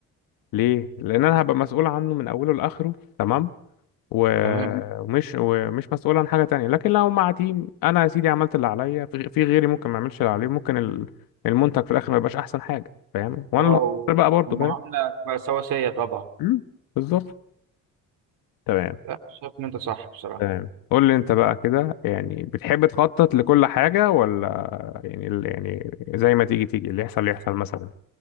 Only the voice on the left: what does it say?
ليه لان انا هبقى مسؤول عنه من اوله لاخره تمام تمام و-
ومش ومش مسؤول عن حاجة تانية لكن لو مع تيم أنا يا سيدي عملت اللي عليا في في غيري ممكن ما يعملش اللي عليه ممكن ال- المنتج في الآخر ما يبقاش أحسن حاجة فاهم وأنا
اللي هخسر بقى برضه
فاهم
مم، بالظبط تمام
تمام قول لي أنت بقى كده يعني بتحب تخطط لكل حاجة ولا يعني ال- يعني زي ما تيجي تيجي اللي يحصل اللي يحصل مثلا